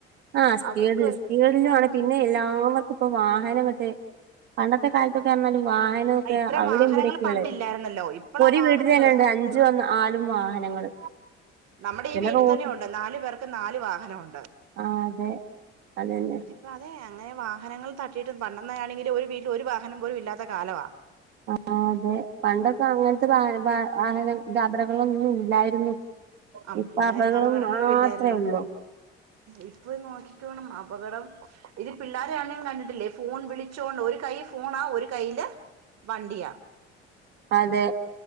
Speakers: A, on the right (about 70°); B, on the right (about 55°).
A: ആഹ് സ്പീഡില്
B: അവർക്ക്
A: സ്പീഡിലും
B: ആഹ്
A: ആണ് പിന്നെ എല്ലാവർക്കും ഇപ്പ വാഹനങ്ങട്ട് പണ്ടത്തെ കാലത്തൊക്കെ പർഞ്ഞാല് വാഹന നൊക്കെ
B: ഇത്ര
A: അവടീം
B: വാഹനങ്ങൾ
A: ഇവിടീം ക്കെള്ളേര്ന്ന്
B: പണ്ടില്ലായിരുന്നല്ലോ ഇപ്പളാ
A: ഇപ്പൊ ഒരു
B: വാഹനങ്ങള്
A: വീട്ടിലെന്നെ ഇണ്ട്
B: സത്യവാ
A: അഞ്ച് ഒന്ന് ആറും വാഹനങ്ങള്.
B: നമ്മടെ
A: പിന്നെ
B: ഈ വീട്ടി
A: റോഡ്
B: തന്നെ ഉണ്ട് നാലു പേർക്ക് നാല് വാഹനം ഉണ്ട്.
A: ആ അതെ അതന്നെ
B: അപ്പൊ അതെ അങ്ങനെ വാഹനങ്ങള് തടിട്ട് പണ്ടെന്നാണെങ്കി ഒരു വീട്ടിൽ ഒരു വാഹനം പോലും ഇല്ലാത്ത കാലവാ.
A: ആഹ് അതെ പണ്ടൊക്കെ അങ്ങൻത്തെ വാഹ വ വാഹന യാത്രകളൊന്നും ഇല്ലായിരുന്നു.
B: ആഹ്
A: ഇപ്പൊ
B: ഇല്ലായിരുന്നു
A: അപകടം
B: അപകടങ്ങളും
A: മാത്ര
B: ഇല്ലായിരുന്നു
A: ഒള്ളൂ.
B: ഇപ്പൊ നോക്കിക്കോണം അപകടം ഇത് പിള്ളേരെ ആണേം കണ്ടിട്ടില്ലേ? ഫോൺ വിളിച്ചോണ്ട് ഒരു കൈ ഫോണാ ഒരു കൈയില് വണ്ടിയാ.
A: അതെ